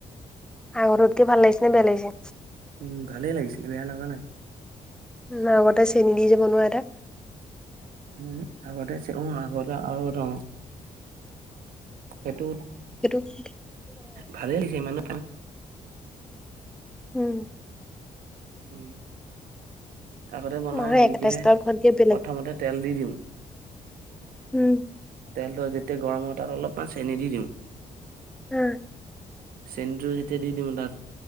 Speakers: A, in the centre; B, on the right.
A: আগৰটোতকে ভাল লাগিছে নে বেয়া লাগিছে
B: উম ভালেই লাগিছিলে বেয়া লগা নাই।
A: উম, আগতে চেনি দি যে বনোৱা এটা
B: উম আগতে চিঞৰো আগতে আৰু এটা উম সেইটোত
A: সেইটো কি
B: ভালে লাগিছে ইমানো
A: উম,
B: উম আগতে বনাও
A: নহয়
B: হেৰিকেহে
A: একেটা ষ্টাইলত খোৱাতকে বেলেগ
B: প্ৰথমতে তেল দি দিওঁ।
A: উম,
B: তেলটো যেতিয়া গৰম হয় তাৰ অলপমান চেনি দি দিওঁ।
A: উম,
B: চেনিটো যেতিয়া দি দিওঁ তাত।